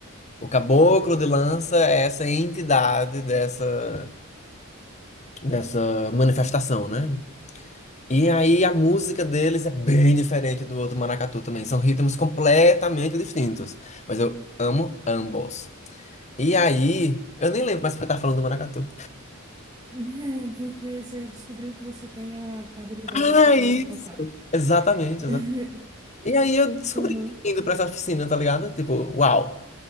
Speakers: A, on the left; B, on the right.
A: O caboclo de lança é essa entidade dessa, dessa manifestação, né? E aí a música deles é bem diferente do outro maracatu também. São ritmos completamente distintos. Mas eu amo ambos. E aí, eu nem lembro mais porque eu tava falando do maracatu.
B: É, porque você descobriu que você tem a a habilidade
A: Ah,
B: de tocar
A: isso!
B: al- alfaia.
A: Exatamente, exatamente.
B: <laughs>
A: E aí eu descobri
B: Uhum.
A: indo pra essa oficina, tá ligado? Tipo, uau!